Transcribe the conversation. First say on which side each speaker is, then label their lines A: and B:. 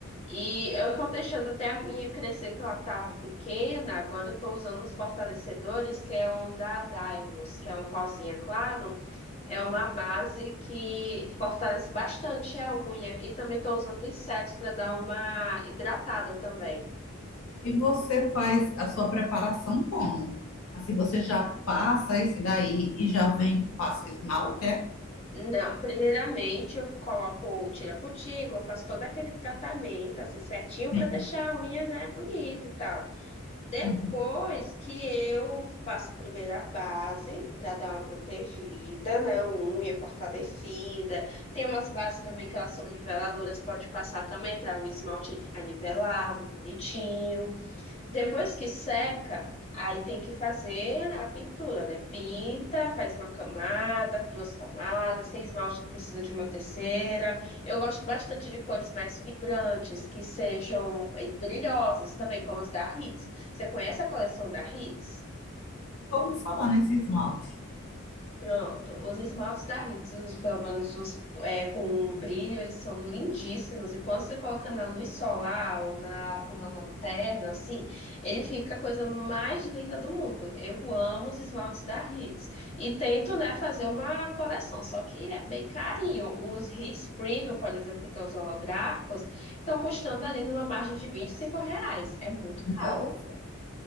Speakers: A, on the left; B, on the left.
A: E eu estou deixando até a minha crescer, que ela estava pequena. Agora eu estou usando os fortalecedores, que é um da Dylos, que é um rosinha claro. É uma base que fortalece bastante a unha. E também estou usando insetos para dar uma hidratada também.
B: E você faz a sua preparação como? Assim, você já passa esse daí e já vem, passa esmalte, é?
A: Não, primeiramente eu coloco, tiro a cutícula, faço todo aquele tratamento assim certinho para
B: Sim.
A: deixar a unha, né, bonita e tal. Depois
B: Uhum.
A: que eu faço primeiro a base para dar uma protegida, né, uma unha fortalecida. Tem umas bases também que elas são niveladoras, pode passar também para o esmalte ele ficar nivelado, bonitinho. Depois que seca, aí tem que fazer a pintura, né? Pinta, faz uma camada, duas camadas, sem esmalte que precisa de uma terceira. Eu gosto bastante de cores mais vibrantes, que sejam brilhosas também, como as da Hits. Você conhece a coleção da Hits?
B: Ouvi falar nesse esmalte.
A: Pronto, os esmaltes da Hits, os, pelo menos os é, com um brilho, eles são lindíssimos. E quando você coloca na luz solar ou na, com uma lanterna, assim, ele fica a coisa mais linda do mundo. Eu amo os esmaltes da Hits. E tento, né, fazer uma coleção, só que é bem carinho. Os Hits Premium, por exemplo, que estão os holográficos, estão custando ali numa margem de 25 reais. É muito
B: Nossa,
A: caro.